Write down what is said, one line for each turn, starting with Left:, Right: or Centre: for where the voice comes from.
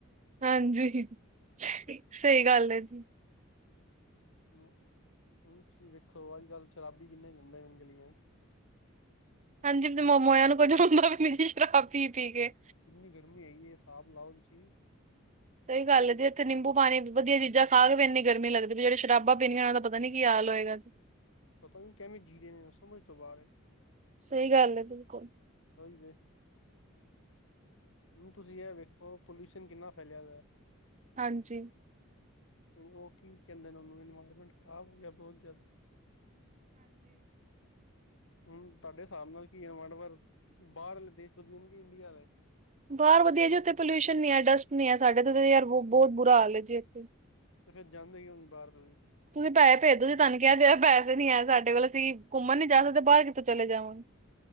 Right: ਹਾਂਜੀ, ਸਹੀ ਗੱਲ ਹੈ ਜੀ।
Left: ਹੁਣ, ਹੁਣ ਤੁਸੀਂ ਵੇਖੋ ਅੱਜ-ਕੱਲ ਸ਼ਰਾਬੀ ਕਿੰਨੇ ਗੁੰਮਦੇ ਨੇ ਗਲੀਆਂ 'ਚ
Right: ਹਾਂਜੀ, ਇੱਕ ਦਿਨ ਮਾਮਾ ਆਇਆ ਨਾ, <unintelligible> ਸ਼ਰਾਬ ਪੀ-ਪੀ ਕੇ।
Left: ਕਿੰਨੀ ਗਰਮੀ ਹੈਗੀ ਏ, ਹਿਸਾਬ ਲਾਓ ਤੁਸੀਂ
Right: ਸਹੀ ਗੱਲ ਹੈ ਜੀ, ਇੱਥੇ ਨਿੰਬੂ-ਪਾਣੀ ਵਧੀਆ ਚੀਜਾਂ ਖਾ ਕੇ ਇੰਨੀ ਗਰਮੀ ਲੱਗਦੀ ਵੀ, ਜਿਹੜੇ ਸ਼ਰਾਬਾਂ ਪੀਂਦੇ ਆ, ਉਹ ਪਤਾ ਨੀ ਕੀ ਹਾਲ ਹੋਏਗਾ ਜੀ।
Left: ਪਤਾ ਨੀ ਕਿਵੇਂ ਜਿਰੇ, ਸਮਝ ਤੋਂ ਬਾਰ ਐ।
Right: ਸਹੀ ਗੱਲ ਐ ਬਿਲਕੁਲ
Left: ਤੇ ਹੁਣ ਤੁਸੀਂ ਇਹ ਵੇਖੋ ਪੋਲਿਊਸ਼ਨ ਕਿੰਨਾ ਫੈਲਿਆ
Right: ਹਾਂਜੀ।
Left: ਓ ਕੀ ਕਹਿੰਦੇ ਨੇ ਉਹਨੂੰ ਇਨਵਾਇਰਮੈਂਟ ਖਰਾਬ ਹੋ ਗਿਆ, ਬਹੁਤ ਜ਼ਿਆਦਾ। ਹੁਣ ਤੁਹਾਡੇ ਹਿਸਾਬ ਨਾਲ ਕੀ ਆ ਵੰਡਵਰ, ਬਾਹਰਲੇ ਦੇਸ਼ ਵਧੀਆ ਨੇ ਕਿ ਇੰਡੀਆ ਦਾ।
Right: ਬਾਹਰ ਵਧੀਆ ਜੀ ਉੱਥੇ ਪੋਲਿਊਸ਼ਨ ਨੀ ਐ ਡਸਟ ਨੀ ਐ। ਸਾਡੇ ਤੇ ਯਾਰ ਬਹੁਤ ਬੁਰਾ ਹਾਲ ਐ ਜੀ ਇੱਥੇ
Left: ਤੇ ਫਿਰ ਜਾਂਦੇ ਕਿਉਂ ਨਹੀ ਬਾਹਰ ਤੁਸੀ।
Right: ਤੁਸੀਂ ਪੈਸ ਭੇਜਦੋ, ਤੁਹਾਨੂੰ ਕਿਹਾ ਤੇ ਹੈ, ਪੈਸੇ ਨੀ ਹੈ ਸਾਡੇ ਕੋਲ, ਅਸੀਂ ਘੁੰਮਣ ਨੀ ਜਾ ਸਕਦੇ। ਬਾਰ ਕਿਤੇ ਚਲੇ ਜਾਵਾਂ।